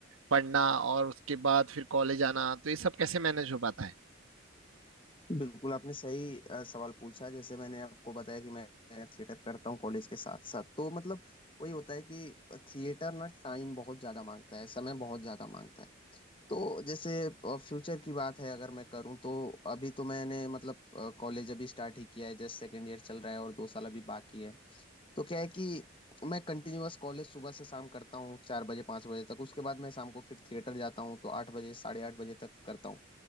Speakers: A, on the right; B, on the left.
A: पढ़ना और उसके बाद फिर कॉलेज आना तो ये सब कैसे मैनेज हो पाता है
B: बिल्कुल आपने सही अ, सवाल पूछा जैसे मैंने आपको बताया कि मैं थिएटर करता हूँ कॉलेज के साथ साथ तो मतलब वही होता है कि थिएटर ना टाइम बहुत ज़्यादा मांगता है समय बहुत ज़्यादा मांगता है तो जैसे फ्यूचर की बात है अगर मैं करूँ तो अभी तो मैंने मतलब कॉलेज अभी स्टार्ट ही किया है जस्ट सेकेंड ईयर चल रहा है और दो साल अभी बाकी है तो क्या है कि मैं कंटिन्यूअस कॉलेज सुबह से शाम करता हूँ चार बजे पाँच बजे तक उसके बाद मैं शाम को फिर थिएटर जाता हूँ तो आठ बजे साढ़े आठ बजे तक करता हूँ